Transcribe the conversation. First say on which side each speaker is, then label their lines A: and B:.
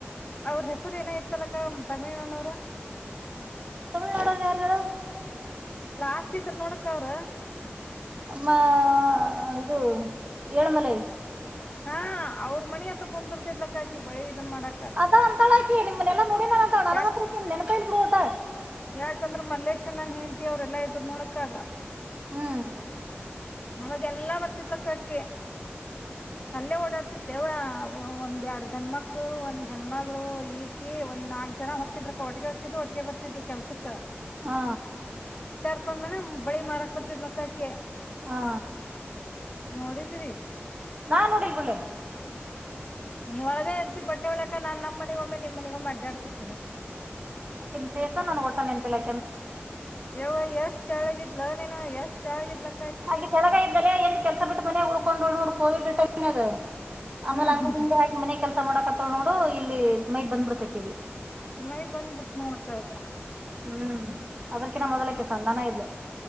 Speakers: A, on the left (about 30°); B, on the right (about 30°).
A: ಅವ್ರ ಹೆಸರ ಏನ ಇತ್ತಲಕ್ಕ ತಮಿಳ್ನಾಡು ಅವ್ರ.
B: ತಮಿಳ್ನಾಡ ಅವರ ಯಾರ ಹೇಳ್.
A: ಲಾಸ್ಟ್ ಇದ್ರ ನೋಡಕ್ಕ ಅವ್ರ.
B: ಮಾ ಇದು ಏಳಮಲೆ.
A: ಹಾ ಅವ್ರ ಮನಿ ಹತ್ತ ಕುಂದಿರ್ತಿದ್ಲಕ್ಕಾಕಿ ಬಳಿ. ಇದನ್ ಮಾಡಾಕ
B: ಅದ ಅಂತಳಾಕಿ ನಿಮ್ನೆಲ್ಲಾ ನೋಡಿ ನಾನ ಅ ತ ಅಣ
A: ಯಾಕ್
B: ನಂಗಂತೂ ನೆನಪ ಇಲ್ಲ ಬಿಡ ವಟ್ಟ.
A: ಯಾಕಂದ್ರ ಮಲ್ಲೇಶನನ್ ಹೇಂತ ಅವ್ರೆಲ್ಲಾ ಇದ್ರು ನೋಡಕ್ಕಾಆಗ.
B: ಹ್ಮ್.
A: ಅವಾಗೆಲ್ಲಾ ಬರ್ತಿತ್ಲಕ್ಕಕ್ಕಿ ಅಲ್ಲೇ ಓಡಾಡ್ತಿತ್ತವ. ಒಂದ ಎರಡ್ ಗಂಡಮಕ್ಕಳು ಒಂದ್ ಹೆಣ್ಣ್ಮಗಳು ಈಕಿ ಒಂದ ನಾಲ್ಕ ಜನ ಹೋಕಿದ್ರಕ ಒಟ್ಟಿಗೆ ಹೊಕಿದ್ದ್ ಒಟ್ಟಗೆ ಬರ್ತಿದ್ದು ಕೆಲ್ಸಕ್ಕ.
B: ಹಾ.
A: ರ್ಕೊಂಡ ಮೇನ ಬಳಿ ಮಾರಾಕ್ ಬರ್ತಿದ್ ಲಕ್ಕಾಕ.
B: ಹಾ.
A: ನೋಡಿದೀವಿ.
B: ನಾ ನೋಡಿಲ್ಲ ಬಿಡ್ಲೆ.
A: ನೀವ್ ಹೊಳಗೆ ಇರ್ತಿರಿ ಬಟ್ಟೆ ಒಳಕ ನಾನ್ ನಮ್ಮ ಮನಿಗೊಮ್ಮೆ ನಿಮ್ಮ ಮನಿಗೊಮ್ಮೆ ಅಡ್ಡಾಡ್ತಿರ್ತೀನಿ
B: ಅಕಿನು ಫೇಸ್ ನನಗೆ ಒಟ್ಟೆ ನೆನ್ಪಿಲ್ಲಾ
A: ಯವ ಎಷ್ಟ್ ತೆಳ್ಳಗಿದ್ಲು ನೀನ ಎಷ್ಟ ತೆಲಗಿದ್ಲು
B: ಹಾಗೆ ಕೆಳಗ ಇದ್ದಲೆ ಏನ್ ಕೆಲ್ಸ ಬಿಟ್ಟು ಮನ ಉಳ್ಕೊಂಡು ನೋಡ್ಕೋಗಿದ್ದ ಕಾವಿಡ್ ಟೈಮ್ನಾಗ ಆಮೇಲೆ
A: ಹ್ಮ್
B: ಹಂಗ
A: ಹ್ಮ್
B: ಹಿಂಗ ಮಾಡಿ ಮನೆ ಕೆಲ್ಸ ಮಾಡಕತ್ತವಳ ನೋಡು ಇಲ್ಲಿ ಮೈ ಬಂದ್ಬಿಡತಕಗೆ
A: ಮೈ ಬಂದ್ಬಿಡ್ತ ನೋಡಕ್ಕ ಅದಕ್ಕ
B: ಹ್ಮ್ ಅದ್ರಕಿನ ಮೊದಲಕ್ಕೆ ಸಣ್ಣನೆ ಇದ್ಲು